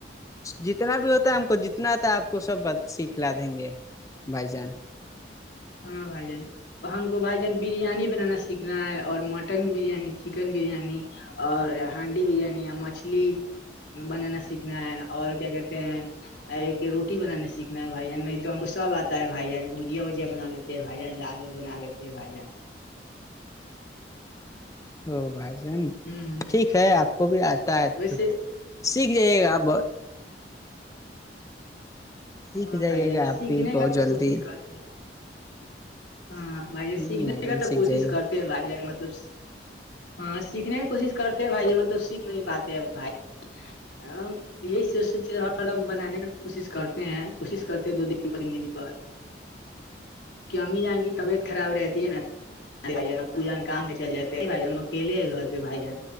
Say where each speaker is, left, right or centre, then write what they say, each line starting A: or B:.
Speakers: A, on the left; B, on the left.
A: جتنا بھی ہوتا ہے ہم کو جتنا آتا ہے آپ کو سب سیکھ ل دیں گے بھائی چان
B: ہاں بائی جان ہم کو بھائی جان بریانی بنانا سیکھنا ہے اور مٹن بریانی چکن بریانی اور ہانڈی بریانی مچھلی بنانا سیکھنا ہے اور کیا کہتے ہیں ایک روٹی بنانا سیکھنا ہے بھائی جان نہیں تو ہم کو سب آتا ہے بھائی جان بوجیا وج بنا لیتے بھائی جان ڈال وول بنا لیتے بھائی جان
A: ا بھائی جان
B: ہ
A: ٹھیک ہے آپ کو بھی آتا ہے
B: ویسے
A: تو سیکھ جائیے گا آپ سیکھ
B: ہاں
A: جائیے
B: بھائی جان
A: گا آپ
B: سیکھنے
A: بھی بہت
B: کا تو
A: جلدی
B: کوشش کرتے ہیں ہاں بھائی
A: ہ
B: سیکھنے
A: بھائی جان
B: کا تو
A: سیکھ
B: کوشش
A: جائیے گا
B: کرتا بھائی مطلب ہاں سیکھنے کی کوشش کرتے ہیں بھائی مطلب سیکھ نہیں پاتے ہیں بھائی یہی سوچ ہر ہم بنانے کی کوشش کرتے ہیں کوشش کرتے ہیں دو دن تین دن پر کہ امی جان کی طبیعت خراب رہتی ہے نا ار بھ پوجا کام میں چل جاتے بھائی ہم اکیے ہیں گھر پہ بھائی جان